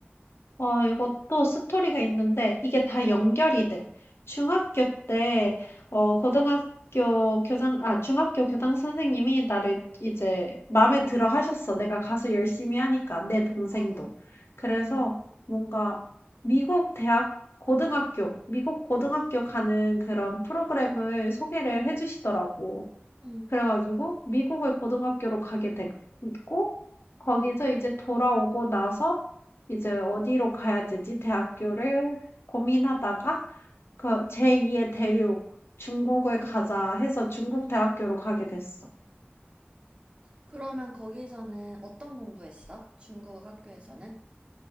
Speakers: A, on the left; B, on the right.
A: 어 이것도 스토리가 있는데 이게 다 연결이 돼. 중학교 때 어 고등학교 교장 아 중학교 교장 선생님이 나를 이제 마음에 들어 하셨어. 내가 가서 열심히 하니까 내 동생도.
B: 어,
A: 그래서
B: 음,
A: 뭔가 미국 대학 고등학교 미국 고등학교 가는 그런 프로그램을 소개를 해주시더라고.
B: 음,
A: 그래 가지고 미국의 고등학교로 가게 됐고 거기서 이제 돌아오고 나서 이제 어디로 가야 되지 대학교를 고민하다가 그 제2의 대륙 중국을
B: 음,
A: 가자 해서 중국
B: 음.
A: 대학교로 가게 됐어.
B: 그러면 거기서는 어떤 공부했어? 중국 학교에서는?